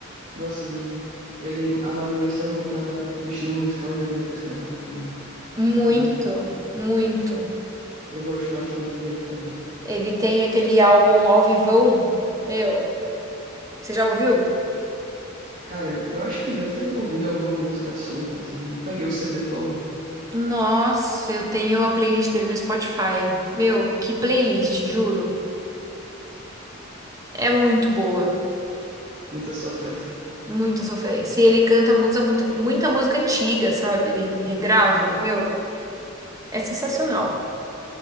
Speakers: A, on the right; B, on the right.
A: Nossa, e ele amadureceu muito a- o estilo musical dele depois que a Marília morreu,
B: Muito,
A: né?
B: muito.
A: Eu gosto bastante dele também.
B: Ele tem aquele álbum Ao Vivão. Meu, você já ouviu?
A: Cara, eu acho que deve ter ouvido alguma música solta, assim. Eu não peguei o CD pra ouvir.
B: Nossa, eu tenho a playlist dele no Spotify. Meu, que playlist, juro. É muito boa.
A: Muita sofrência.
B: Muita sofrência. E ele canta muita, muito, muita música antiga, sabe? Ele regrava. Meu, é sensacional.